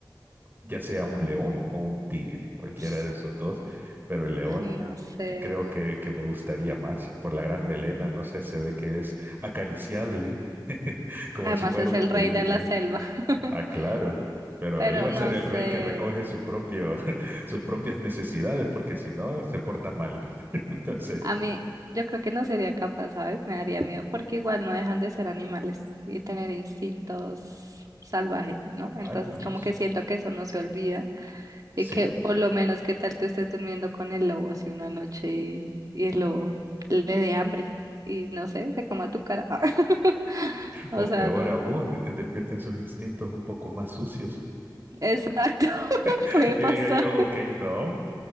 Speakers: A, on the right; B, on the right.
A: ya sea un león o un tigre, cualquiera
B: <laughs>
A: de esos dos, pero el león
B: Ay, no sé.
A: creo que, que me gustaría más por la gran melena, no sé, se ve que es acariciable, <laughs> como
B: Además
A: si fuera
B: es
A: un
B: el
A: peluche.
B: rey de la selva. <laughs>
A: Ah, claro, pero
B: Pero
A: ahí va a
B: no
A: ser el
B: sé.
A: rey que recoge su propio, <laughs> sus propias necesidades, porque si no, se porta mal. <laughs> Entonces,
B: A mí, yo creo que no sería capaz, ¿sabes? Me daría miedo, porque igual no dejan de ser animales y tener instintos salvajes, ¿no?
A: ah,
B: Entonces,
A: no,
B: como
A: es,
B: que siento que eso no se olvida
A: sí.
B: y que por lo menos qué tal tú estés durmiendo con el lobo así una noche y, y el lobo le dé hambre y no sé, se coma tu cara. <laughs> O
A: O peor
B: sea, no.
A: aún, eh, despierten sus instintos un poco más sucios.
B: Exacto, <laughs>
A: <laughs>
B: puede pasar.
A: Y diga yo, ok, no,